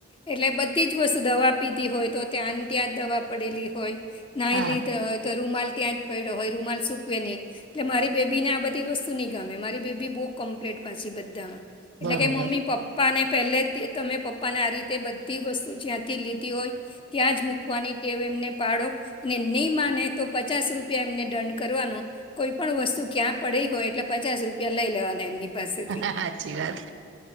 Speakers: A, on the left; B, on the right.
A: એટલે બધી જ વસ્તુ દવા પીધી હોય તો, ત્યાં ત્યાં દવા પડેલી હોય, નાહી
B: હા
A: લીધા હોય, તો રૂમાલ ત્યાં જ પડ્યો હોય રૂમાલ સૂકવે ની એટલે મારી બેબીને આ બધી વસ્તુ નઈ ગમે મારી બેબી બહુ કમ્પ્લીટ પાછી બધામાં એટલે
B: બરોબર
A: કે મમ્મી પપ્પાને પહેલેથી તમે પપ્પાને આ રીતે બધી વસ્તુ જ્યાંથી લીધ ઘી હોય, ત્યાં જ મૂકવાની ટેવ એમને પાડો અને ની માને તો, પચાસ રૂપિયા એમને દંડ કરવાનો કોઈ પણ વસ્તુ ક્યાં પડી હોય એટલે પચાસ રૂપિયા લઈ લેવાના એમની પાસેથી
B: હાચી વાત